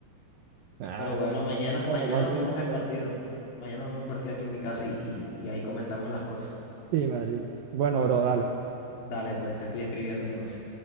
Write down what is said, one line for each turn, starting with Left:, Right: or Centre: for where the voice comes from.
Right: Ah,
Left: Pero bueno, mañana,
Right: bueno,
Left: mañana
Right: madridista.
Left: nos vemos el partido. Mañana nos vemos el partido aquí en mi casa y, y y ahí comentamos las cosas.
Right: Sí, Madrid. Bueno, bro, dale.
Left: Dale, pues te estoy escribiendo entonces.